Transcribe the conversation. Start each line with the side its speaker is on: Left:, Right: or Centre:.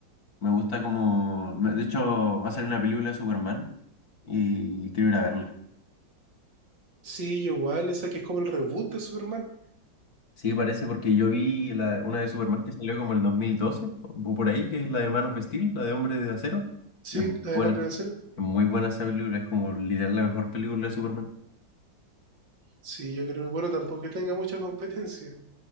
Left: Me gusta como... me- De hecho va a ser una película de Superman y quiero ir a verla.
Right: Sí, yo igual, esa que es como el reboot de Superman.
Left: Sí, parece porque yo vi la, una de Superman que salió como el 2012, o por ahí, que es la de Man of Steel, la de Hombre de Acero.
Right: Sí,
Left: Y es muy
Right: la
Left: buena,
Right: del Hombre de Acero.
Left: es muy buena esa película, es como literal la mejor película de Superman.
Right: Sí, yo creo, bueno, tampoco que tenga mucha competencia.